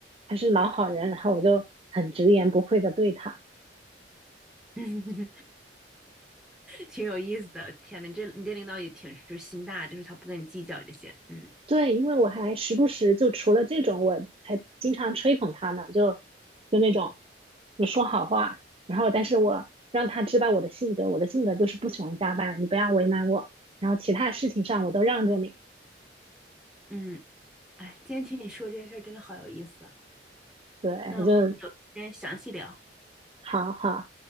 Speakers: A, on the right (about 35°); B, in the centre.
A: 他是老好人，然后我就很直言不讳的对他，
B: <laughs> 挺有意思的。天呐，你这你这领导也挺是心大，就是他不跟你计较这些。嗯
A: 对，因为我还时不时就除了这种，我还经常吹捧他呢，就就那种我说好话，然后但是我让他知道我的性格，我的性格就是不喜欢加班，你不要为难我，然后其他事情上我都让着你。
B: 嗯，哎，今天听你说这些事儿真的好有意思啊。
A: 对，
B: 那我们有时间详细聊。
A: 就好好